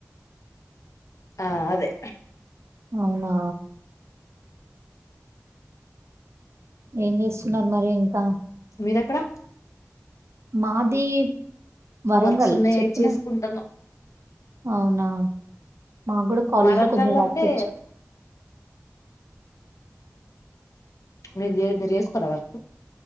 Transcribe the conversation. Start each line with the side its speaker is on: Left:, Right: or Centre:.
Left: ఆ అదే
Right: అవునా ఏం చేస్తున్నారు మరి ఇంకా
Left: మీరెక్కడ
Right: మాది వరంగల్
Left: వర్క్స్ ఉన్నాయి
Right: చెప్పిన
Left: చేసుకుంటాను
Right: అవునా మా కూడా కాలేజ్
Left: వరంగల్
Right: లో కొంచెం వర్క్
Left: అంటే
Right: ఇచ్చు
Left: మీరు మీరు చేసుకోరా వర్కు